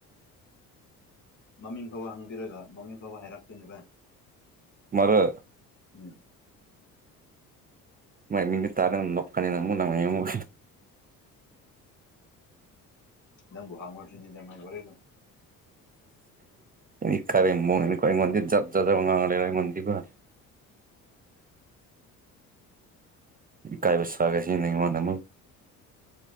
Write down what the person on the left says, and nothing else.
ꯃꯃꯤꯡ ꯐꯕ ꯍꯪꯕꯤꯔꯒ ꯃꯃꯤꯡ ꯐꯕ ꯍꯥꯏꯔꯛꯇꯣꯏꯅꯦ ꯚꯥꯏ
ꯎꯣꯏ
ꯅꯪꯕꯨꯨ ꯍꯥꯡꯉꯣꯁꯨꯅꯤꯗ ꯃꯕꯔꯣꯏꯗꯨ